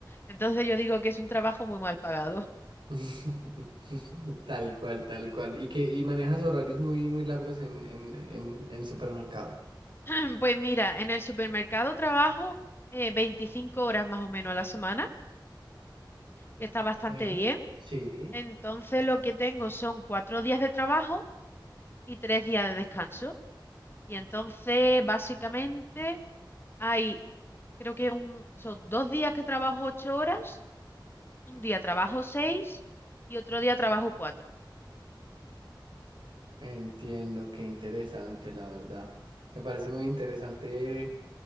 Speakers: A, on the left; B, on the right.
A: Entonces yo digo que es un trabajo muy mal pagado.
B: <laughs> Tal cual, tal cual. Y que y manejas horarios muy, muy largos en, en, en, en el supermercado.
A: <clears throat> Pues mira, en el supermercado trabajo eh, 25 horas más o menos a la semana, que está bastante
B: Ok,
A: bien.
B: Sí.
A: Entonces lo que tengo son cuatro días de trabajo y tres días de descanso. Y entonces básicamente hay, creo que un- son dos días que trabajo ocho horas, un día trabajo seis y otro día trabajo cuatro.
B: Entiendo, qué interesante, la verdad. Me parece muy interesante